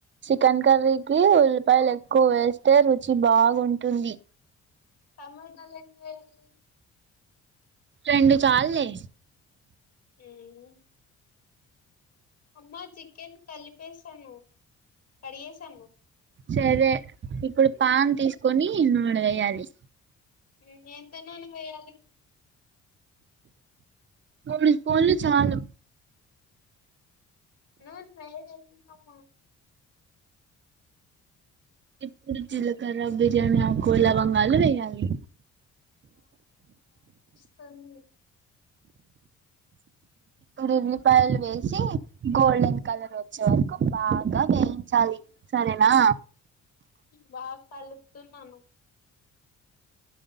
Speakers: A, on the right (about 40°); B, on the left (about 55°).
A: చికెన్ కర్రీకి ఉల్లిపాయలు ఎక్కువ వేస్తే రుచి బాగుంటుంది
B: టమోటలు ఎన్ని వెయ్యాలి
A: రెండు చాల్లే
B: మ్మ్ అమ్మా చికెన్ కలిపేశాను కడిగేసాను
A: సరే ఇప్పుడు పాన్ తీసుకొని నూనె వెయ్యాలి
B: మ్మ్ ఎంత నూనె వేయ్యాలి
A: తొమ్మిది స్పూన్లు చాలు
B: నూనె వేడి అయ్యిందమ్మ
A: ఇప్పుడు జీలకర్ర బిర్యానీ ఆ కూలావంగాలు వేయాలి
B: ఫెమిలీ
A: ఉల్లిపాయలు వేసి గోల్డెన్ కలర్ వచ్చే వరకు బాగా వేయించాలి సరేనా
B: బాగా కలుపుతున్నాను